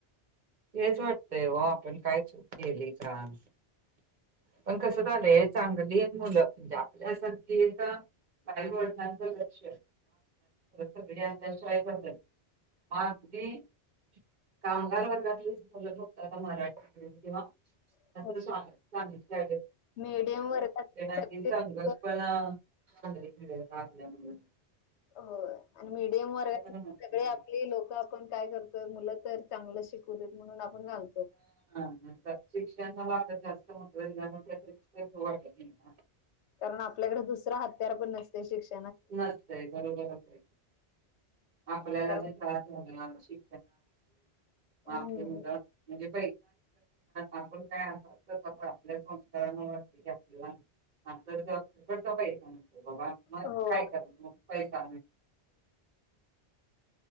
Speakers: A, on the right; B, on the left.
A: वाट आपण काय केली छान पण कस झालय. चांगली आहे मुलं म्हणजे आपल्यासारखी ए का. आई वटनांचं लक्ष सगश बदल. अगदी कामगार वत. त होत मराठी किंवा.
B: ह.
A: त्यामुळे
B: मीडियम वर्गात
A: आपल्याॉटे
B: सगळी
A: संघर्ष
B: लोक
A: पणा <unintelligible> अ लण <unintelligible>
B: हो आणि मीडियम वर्गात
A: म्हणत
B: सगळे
A: नाही.
B: आपली लोक आपण काय करतोय मुलं तर. चांगलं शिकू देत म्हणून आपण घाल.
A: ह हा ह शिक. जास्ट
B: कारण आपल्याकडे दुसरा हत्यार पण नसते शिक्षण.
A: नसतय बरोबरच आपल्याला
B: कारण
A: जे त्रास झाला आमची. मा
B: हम्म
A: मु म्हणजे प आपण काय <unintelligible> आपल्या संस्कारा आप पण <unintelligible> हो बाबा मग
B: हो
A: काय कर मग पै चाले